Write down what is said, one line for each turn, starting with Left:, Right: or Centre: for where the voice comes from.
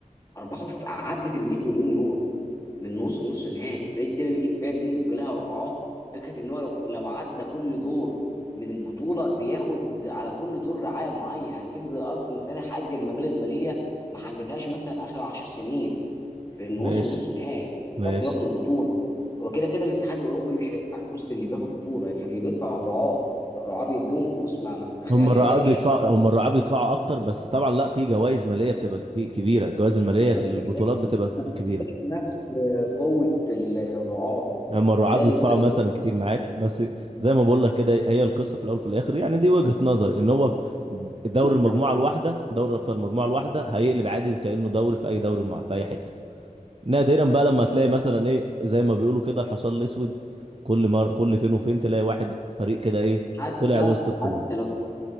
Left: ارباحه في عدت ال 100 مليون يورو من وصل نص نهائي الفريق ده بي- الفريق دي بيبقى لها رعاه فكره ان هو لو لو عدى كل دور من البطوله بياخد على كل دور رعايه معينه يعني فكره زي ارسنال السنه دي حقق مبالغ ماليه ما حققهاش مثلا اخر 10 سنين في انه
Right: ماشي
Left: وصل نص نهائي هو مش
Right: ماشي
Left: شرط ياخد البطوله هو كده كده الاتحاد الاوروبي مش هيدفع فلوس للي بياخد بطوله لكن اللي بيدفع الرعاه الرعاه بيدوهم فلوس ما ما تتخيلهاش
Right: هم الرعاة بيدفعوا هم الرعاة بيدفعوا أكتر بس طبعا لا في جوائز مالية بتبقى كفي- كبيرة الجوائز المالية
Left: ما بتبقاش
Right: للبطولات بتبقى
Left: ما
Right: كبيرة
Left: بتبقاش بنفس قوه الرعاه
Right: هم الرعاة
Left: ده زائد
Right: بيدفعوا
Left: البدء
Right: مثلا كتير معاك بس زي ما بقول لك كده هي القصة في الأول وفي الآخر يعني دي وجهة نظري إن هو دوري المجموعة
Left: ده
Right: الواحدة دوري الأبطال المجموعة الواحدة هيقلب عادي كأنه دوري في أي دوري مع في أي حتة نادرا بقى لما تلاقي مثلا ايه زي ما بيقولوا كده الحصان الاسود كل مره كل فين وفين تلاقي واحد فريق كده ايه
Left: حتى
Right: طلع وسط الكبار
Left: حتى لو